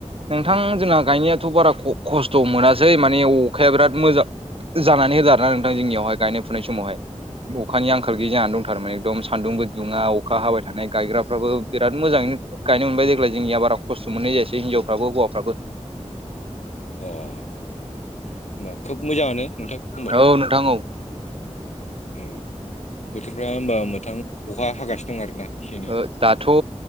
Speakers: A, on the right; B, on the left.
A: नोंथां जोंना गायनायाथ' बारा ख'-खस्थ' मोनासै माने अखाया बिराद मोजां। जानानै होदो आरो ना नोंथां जोंनियावहाय गायनाय-फुनाय समावहाय। अखानि आंखाल गैयै जानानै दंथारोमोन एकदम सान्दुंबो दुङा अखा हाबाय थानाय गायग्राफ्राबो बिराद मोजाङैनो गायनो मोनबाय देग्लाय जोंनिया बारा खस्थ' मोननाय जायासै हिनजावफ्राबो हौवाफ्राबो।
B: अह होमबा खोब मोजाङानो नोंथां होनबाथ'।
A: औ नोंथां औ
B: औ बोथोरफ्रा होमबा नोंथां अखा हागासिनो दं आरोना एसे-एनैया।
A: ओ दाथ' औ